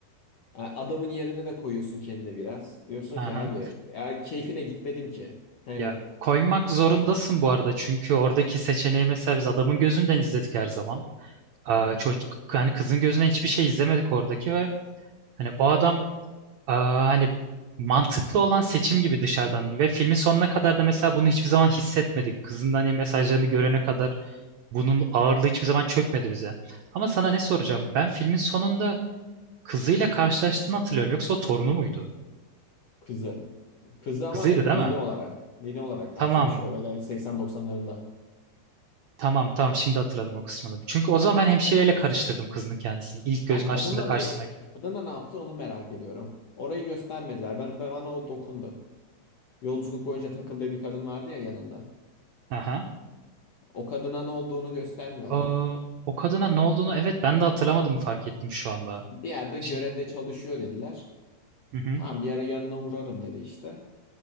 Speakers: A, on the left; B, on the right.
A: e, adamın yerine de koyuyorsun kendini biraz. Diyorsun
B: Aha.
A: ki abi ya keyfine gitmedim ki. Hani
B: Ya koymak zorundasın bu arada çünkü oradaki seçeneği mesela biz adamın gözünden izledik her zaman. Aa,
A: ama
B: çocuk hani kızın gözünden hiçbir şey izlemedik oradaki ve hani o adam aa, hani mantıklı olan seçim gibi dışarıdan ve filmin sonuna kadar da mesela bunu hiçbir zaman hissetmedik. Kızın hani mesajlarını görene kadar bunun ağırlığı hiçbir zaman çökmedi bize. Ama sana ne soracağım? Ben filmin sonunda kızıyla karşılaştığını hatırlıyorum. Yoksa o torunu muydu?
A: kızı. Kızı ama
B: Kızıydı
A: nine
B: değil mi?
A: olarak. Nine olarak karşılaşıyor
B: Tamam.
A: böyle 80-90'larında.
B: Tamam tamam şimdi hatırladım o kısmını. Çünkü o zaman ben hemşireyle karıştırdım kızının kendisini. İlk gözünü
A: Ben kadınla
B: açtığında karşısındaki.
A: ne, kadınla ne yaptı onu merak ediyorum. Orayı göstermediler. Ben, ben- bana o dokundu. Yolculuk boyunca takıldığı bir kadın vardı ya yanında.
B: Aha.
A: O kadına ne olduğunu göstermiyorlar.
B: O, o kadına ne olduğunu evet ben de hatırlamadığımı fark ettim şu anda.
A: Bir yerde
B: Şey,
A: görevde çalışıyor dediler.
B: hı hı.
A: Tamam bir ara yanına uğrarım dedi işte.